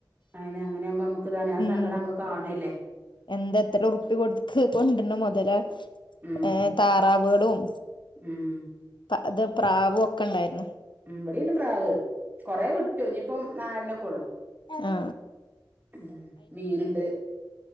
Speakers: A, on the right (about 25°); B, on the left (about 75°).
A: അയിനെ അങ്ങനെ ആകുമ്പോ നമുക്ക് ഇതാണ് ആ
B: ഉം
A: സങ്കടം നമ്മള് കാണുവല്ലേ
B: എന്താത്ര ഉറുപ്പി കൊടുത്ത് കൊണ്ടരണ മൊതലാ.
A: ഉം
B: ഏ താറാവുകളും
A: ഉം
B: അത് പ്രാവുവൊക്കെണ്ടായിരുന്നു.
A: ഇവിടേണ്ട് പ്രാവ് കൊറേ വിട്ടു ഇനിയിപ്പം നാലിനക്കെ ഒള്ളു.
B: ആ
A: ഉം മീനുണ്ട്